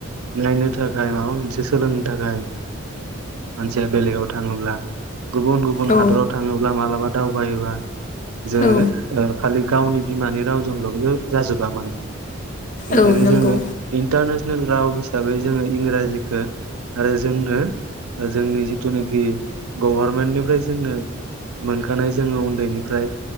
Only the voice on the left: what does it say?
औ
औ
औ नंगौ